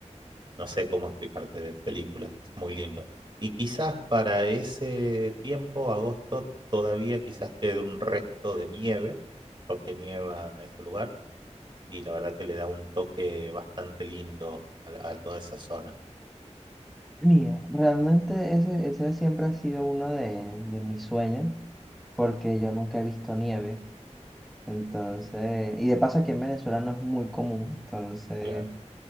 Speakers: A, on the right; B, in the centre.
A: no sé cómo explicarte, de película, es muy lindo. Y quizás para ese tiempo, agosto, todavía quizás quede un resto de nieve, este, porque nieva en ese lugar, y la verdad que le da un toque bastante lindo a, la- a toda esa zona.
B: Mira, realmente ese, ese siempre ha sido uno de, de mis sueños, porque yo nunca he visto nieve, entonces, y de paso aquí en Venezuela no es muy común, entonces,
A: Claro.